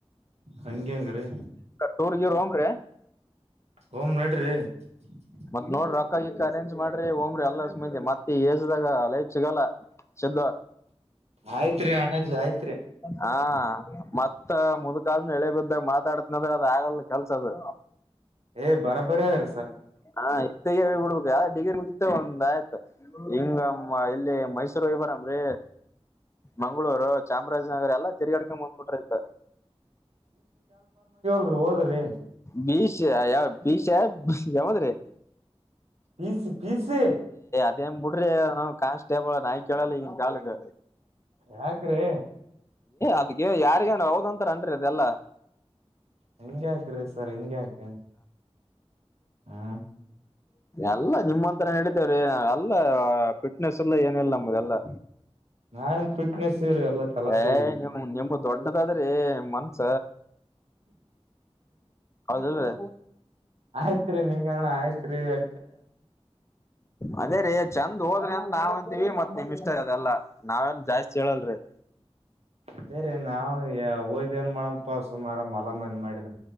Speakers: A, on the right (about 85°); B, on the left (about 25°).
A: ಹಂಗಗೆಂಗ್ರೀ
B: ಟೂರ್ ಗೀರ್ ಹೋಮ್ರಿ
A: ಹಓಮ ನೋಡ್ರಿ <inaudible>
B: ಮತ್ ನೋಡ್ರಿ ರೊಕ್ಕ ಗಿಕ್ಕ ಅೇಂಜ್ ಮಾಡ್ರಿ ಹೋಗ್ರಿ ಅಲ್ಲ ಸುತೆ ಮಂದಿ ಮತ್ತೆ ಲೈಫ್ ಸಿಗಲ್ಲ ಸಿದ್ದ
A: ಆಯ್ತ್ರಿ ಅಣಜಿ ಆಯ್ತ್ರಿ
B: ಹಾ ಹಾ ಮತ್ತ ಮುದ್ಕಲ್ ಎಳೆ ಬಿದ್ದಾಗ ಮಾತಾಡತ್ನಂದ್ರೆ ಅದ ಆಗಲ್ಲ ಕಲ್ಸದ
A: ಏ್ ಬರಬ್ಬರಿ ಯಾರ
B: ಹಾ ಆಯ್ ಬಿಡ್ಬೇಕು ಯಾವ ಡಿಗ್ರಿ ಮುಗುತ್ತ ಒಂದ್ ಆಯ್ತು ಹಿಂಗ ಇಲ್ಲಿ ಮೈಸೂರು ಇ ಬರಾಮ್ರೀ ಮಂಗಳೂರು ಚಪ ಚಾಮರಾಜನಗರ ಎಲ್ಲ ತಿರ್ಗಾಡಕ ಮುಂದ್ಬಿಟ್ರ್ತ
A: ಸರ ಹೋದ್ರಿ
B: ಬೀಷ ಯಾವ ಬೀಷ ಯಾವದ್ರೀ
A: ಬಿಸಿ ಪಿಸಿ
B: ಅನ್ ಬಿಡ್ರಿ ನ ಕಾನ್ಸ್ಟೇಬಲ್ ನಾ ಕೇಳಲ್ಲ ಈನ್ ಕಾಲಕ್
A: ಯಾಕ್ರಿ
B: ಅದಕ್ಕೆ ಯಾರಗ <unintelligible> ಒಂತರ ಅನ್ರಿ ಅದೆ ಎಲ್ಲಾ
A: ಹಂಗಗೆಯಾಕ್ರೀ ಸರ್ ಹಿಂಗ್ಯಾಕ ಹ
B: ಎಲ್ಲ ನಿಮ್ಮಂತ ರ ನಡಿತೇವ್ರ ಅಲ್ಲ ಫಿಟ್ನೆಸ್ ಎಲ್ಲ ಏನ ಇಲ್ಲ ನಮ್ದಲ್ಲಾ
A: ನಾವೇನ್ ಫಿಟ್ನೆಸ್ ಇವ್ರಿ ಎಲ್ಲಾ ಕಲಸಾಗಿ
B: ಹ ನೀಮ <unintelligible> ನಿಮ ದೊಡ್ಡದಾದ್ರೆ ಮನ್ಸ ಹೌದಲ್ರಿ
A: ಆಯ್ತ್ರಿೀ ನಿಂಗಣ ಆಯ್ತ್ರಿ ಹ
B: ಅದೇ ರೀ ಚಂದ್ ಹೋದ್ರಿ ಅಂತ ನಾವ ಅಂತೀವಿ ಮತ್ ನಿಮ್ ಇಷ್ಟ ಅದೆಲ್ಲಾ ನಾವೆ ಜಾಯಸ್ ಚಳಲ್ ರೇಜೆ
A: ಅದೇ ರೀ ನಾವು ಓದ್ ಏನ್ ಮಾಡಮಪಾ ಸುಮಾರ ಮಲ ಮನಿ ಮಾಡಿದ್ರ